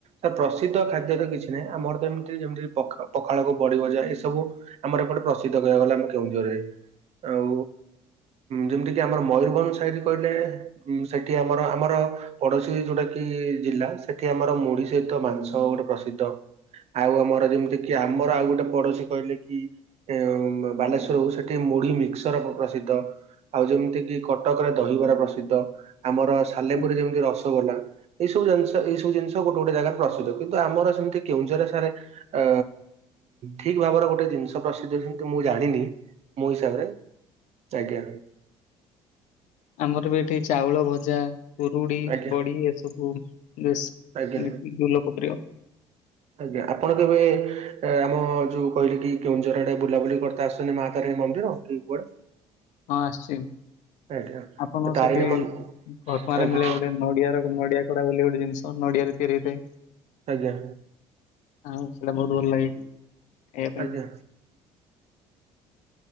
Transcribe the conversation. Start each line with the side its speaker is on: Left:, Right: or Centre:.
Right: ନାଁ ପ୍ରସିଦ୍ଧ ଖାଦ୍ୟତ କିଛି ନାହିଁ ଆମରତ ଏମିତି ଯେମିତି ପଖାଳକୁ ବଡ଼ିଭଜା ଏସବୁ ଆମର ଏପଟେ ପ୍ରସିଦ୍ଧ କହିବାକୁ ଗଲା ଆମ କେଉଁଝୋରରେ ଆଉ ଯେମିତିକିି ଆମର ମୟୂରଭଞ୍ଜ ସାଇଟ୍ କହିଲେ ଉଁ ସେଠି ଆମର ଆମର ପଡ଼ୋଶୀ ଯୋଉଟାକିି ଜିଲ୍ଲା ସେଠି ଆମର ମୁଢ଼ି ସହିତ ମାଂସ ଗୋଟେ ପ୍ରସିଦ୍ଧ ଆଉ ଆମର ଯେମିତିକି ଆମର ଆଉ ଗୋଟେ ପଡ଼ୋଶୀ କହିଲେକି ଏ ବାଲେଶ୍ୱର ହୋଉ ସେଠି ମୁଢି ମିକ୍ସର ପ୍ରସିଦ୍ଧ ଆଉ ଯେମିତି କି କଟକରେ ଦହିବରା ପ୍ରସିଦ୍ଧ ଆମର ସାଲେପୁରୀ
Left: ଆଜ୍ଞା।
Right: ଯେମିତି ରସଗୋଲା ଏଇ ସବୁ ଜିନି ଏଇ ସବୁ ଜିନିଷ ଗୋଟେ ଗୋଟେ ଜାଗାରେ ପ୍ରସିଦ୍ଧ କିନ୍ତୁ ଆମ ସେମିତି କେଉଁଝରେ ସାର୍ ଅ ଠିକ୍ ଭାବରେ ଗୋଟେ ଜିନିଷ ପ୍ରସିଦ୍ଧ ଯେମିତି ମୁଁ ଜାଣିନି ମୋ ହିସାବରେ ଆଜ୍ଞା।
Left: ଆମରବି ଏଠି ଚାଉଳ ଭଜା କୁରୁଡ଼ି
Right: ଆଜ୍ଞା
Left: ବଡ଼ି ଏସବୁ ବେଶ୍
Right: ଆଜ୍ଞା।
Left: ମି ଲୋକପ୍ରିୟ
Right: ଆଜ୍ଞା ଆପଣ କେବେ ଆମ ଯୋଉ କହିଲେକି କେଉଁଝରଆଡ଼େ ବୁଲାବୁଲି କରିତେ ଆସଚନ୍ତି ମା ତାରିଣୀ ମନ୍ଦିର? କି କୁଆଡ଼େ?
Left: ହଁ ଆସିଚି
Right: ଆଜ୍ଞା
Left: ଆପଣଙ୍କୁ
Right: ତ ତାରିଣୀ
Left: ସେଠି
Right: ମନ୍
Left: ଘଟଣାଁରେ
Right: ଆଜ୍ଞା
Left: ମିଳେ ଗୋଟେ ନଡ଼ିଆର ନଡ଼ିଆ କୋରା ବୋଲି ଗୋଟେ ଜିନିଷ ନଡ଼ିଆରେ ତିଆରି ହେଇଥାଏ
Right: ଆଜ୍ଞା।
Left: ଆଉ ସେଇଟା ବହୁତ୍ ଭଲ ଲାଗେ ଖାଇବା ପାଇଁ।
Right: ଆଜ୍ଞା